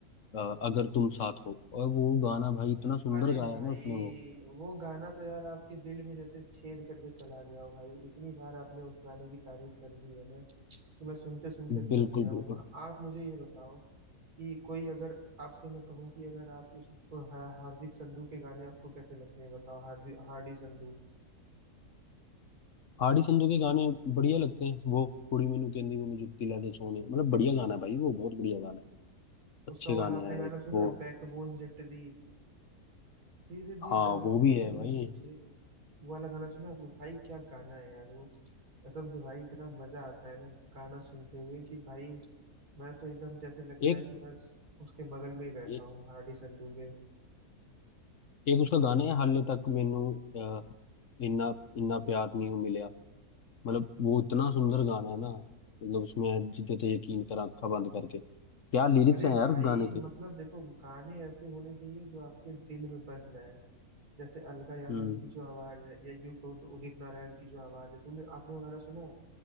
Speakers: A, on the left; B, on the right.
A: अ, अगर तुम साथ हो और वो गाना भाई इतना सुंदर
B: अरे
A: गाया
B: भाई
A: ना उसने वो
B: वो गाना तो यार आपके दिल में जैसे छेद करके चला गया हो भाई इतनी बार आपने उस गाने की तारीफ कर दी है ना कि मैं सुनते सुनते थक
A: बिल्कुल
B: गया
A: बिल्कुल
B: हूँ आप मुझे ये बताओ कि कोई अगर आपसे मैं कहूँ कि अगर आप उस हा- हार्दिक संधू के गाने आपको कैसे लगते हैं बताओ हार्दिक हार्डी संधू
A: हाड़ी संधू के गाने बढ़िया लगते हैं वो कुड़ी मैनू कहंदी मैनू जुत्ती ला दे सोने मतलब बढ़िया गाना है भाई वो बहुत बढ़िया गाना है
B: उसका
A: अच्छे
B: वो
A: गाने
B: वाला आपने
A: हैं
B: गाना
A: एक
B: सुना
A: वो
B: है बैकबोन जट दी तेरे दीदवार
A: हाँ वो भी
B: कुड़िए
A: है भाई
B: वो वाला गाना सुना आपने भाई क्या गाना है यार वो कसम से भाई इतना मजा आता है ना गाना सुनते हुए कि भाई मैं तो एकदम जैसे लगता
A: एक
B: है कि बस उसके बगल में ही बैठा
A: एक,
B: हूँ हार्डी संधू के
A: एक उसका गाना है हाले तक मैनू अ, इन्ना इन्ना प्यार नहीं मिला मतलब वो इतना सुंदर गाना है ना मतलब उसमें जीते थे यकीन कर आंखा बंद करके क्या लिरिक्स
B: अरे
A: हैं
B: भाई
A: यार उस गाने के
B: मतलब देखो गाने ऐसे होने चाहिए जो आपके दिल में बस जाए जैसे अलका याग्निक
A: हम्म
B: की जो आवाज है या यूं कहो तो उदित नारायण की जो आवाज है तुमने आपने वो गाना सुना है